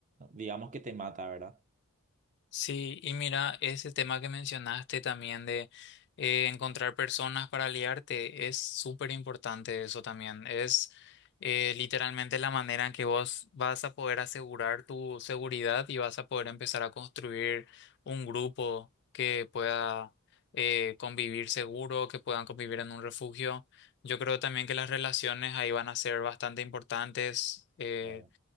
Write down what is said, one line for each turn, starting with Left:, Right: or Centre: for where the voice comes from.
Right: digamos que te mata, ¿verdad?
Left: Sí, y mira, ese tema que mencionaste también de eh, encontrar personas para aliarte es súper importante eso también. Es eh, literalmente la manera en que vos vas a poder asegurar tu seguridad y vas a poder empezar a construir un grupo que pueda eh, convivir seguro, que puedan convivir en un refugio. Yo creo también que las relaciones ahí van a ser bastante importantes. eh,
Right: Claro,